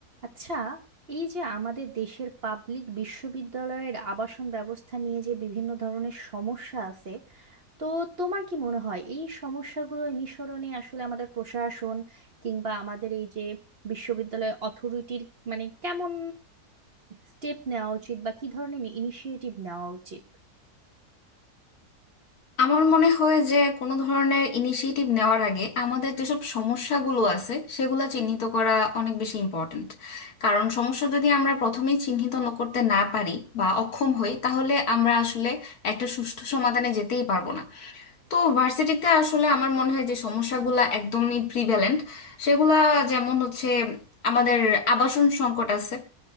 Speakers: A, on the right; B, on the left.
A: আচ্ছা এই যে আমাদের দেশের পাবলিক বিশ্ববিদ্যালয়ের আবাসন ব্যবস্থা নিয়ে যে বিভিন্ন ধরনের সমস্যা আছে তো তোমার কি মনে হয় এই সমস্যাগুলো নিঃসরণে আসলে আমাদের প্রশাসন কিংবা আমাদের এই যে বিশ্ববিদ্যালয় অথরিটির মানে কেমন স্টেপ নেওয়া উচিত বা কি ধরনের ইনিশিয়েটিভ নেওয়া উচিত
B: আমার মনে হয় যে কোনো ধরনের ইনিশিয়েটিভ নেওয়ার আগে আমাদের যেসব সমস্যাগুলো আছে সেগুলো চিহ্নিত করা অনেক বেশি ইম্পর্ট্যান্ট কারণ সমস্যা যদি আমরা প্রথমেই চিহ্নিত ন করতে না পারি বা অক্ষম হই তাহলে আমরা আসলে একটা সুষ্ঠু সমাধানে যেতেই পারবো না তো ভার্সিটিতে আসলে আমার মনে হয় যে সমস্যাগুলো একদমই প্রিভ্যালেন্ট সেগুলা যেমন হচ্ছে আমাদের আবাসন সংকট আছে